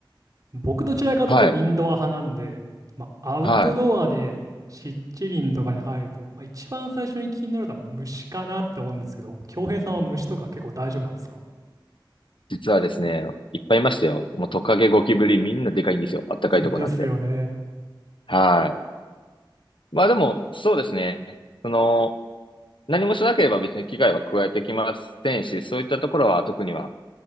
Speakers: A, on the right (about 45°); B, on the left (about 75°).
A: 僕どちらかというとインドア派なんで、
B: はい。
A: まあ、アウトドアで湿地林とかに入ると、
B: はい。
A: まあ、一番最初に気になるのは虫かなって思うんですけど、恭平さんは虫とか結構大丈夫なんですか
B: 実はですね、いっぱいいましたよ。もうトカゲ、ゴキブリ、みんなでかいんですよ。あったかいとこなんで。
A: <laughs> ですよね。
B: はい。まあでも、そうですね。その、何もしなければ別に危害は加えてきませんし、そういったところは特には、